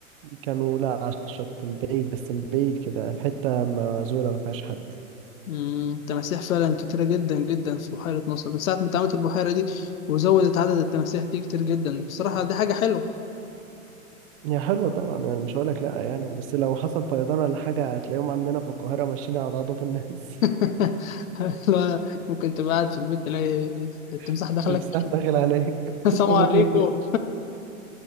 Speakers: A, on the right; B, on the left.
A: كانوا لا على الشط من بعيد بس من بعيد كده حتة معزولة ما فيهاش حد
B: أمم، التماسيح فعلا كتيرة جدا جدا في بحيرة مصر من ساعة ما اتعملت البحيرة دي وزودت عدد التماسيح دي كتير جدا بصراحة دي حاجة حلوة
A: هي حلوة طبعا انا مش هقولك لا يعني بس لو حصل فيضان ولا حاجة هتلاقيهم عندنا في القاهرة ماشيين على عضوف الناس
B: <laughs> لا، ممكن تبقى قاعد في البيت تلاقي التمساح
A: <laughs>
B: دخلك
A: تمساح
B: <laughs>
A: داخل عليك
B: السلام
A: <laughs> طوله
B: عليكم
A: 2 متر